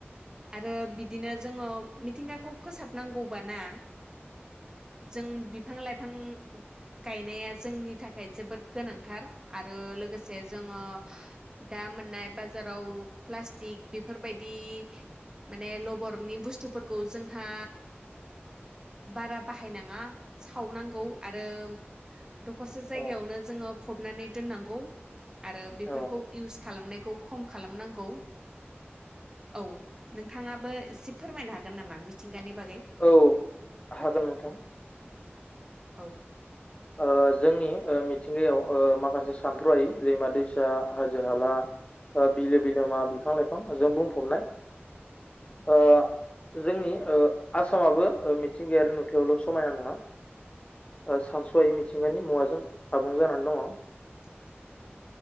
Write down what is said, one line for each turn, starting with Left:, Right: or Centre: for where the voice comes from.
Right: आरो बिदिनो जोङो मिथिंगाखौ फोसाबनांगौबाना जों बि बिफां लाइफां गायनाया जोंनि थाखाय जोबोद गोनांथार आरो लोगो से जोङो दा मोननाय बाजाराव प्लास्टिक बेफोरबायदि माने लबरनि बुस्थुफोरखौ जोंहा बारा बाहायनाङा सावनांगौ आरो दखरसे जगायावनो
Left: औ
Right: जो फबनानै दोननांगौ आरो बेफोरखौ
Left: औ औ
Right: इउस खालामनायखौ खम खालामनांगौ। औ नोंथाङाबो एसे फोरमायनो हागोन नामा मिथिंगानि बागै
Left: औ हागोन नोंथां।
Right: औ।
Left: ओ जोंनि ओ मिथिंगायाव ओ माखासे सानथ'हायै दैमा दैसा हाजो हाला ओ‌ बिलो बिलोमा बिफां लाइफांजों बुंफबनाय ओ जोंनि ओ आसामाबो ओ मिथिंगायारि नुथायावल' समायना नङा ओ सानसहायै मिथिंगानि मुवाजों आबुं जानानै दङ'।
Right: <inaudible>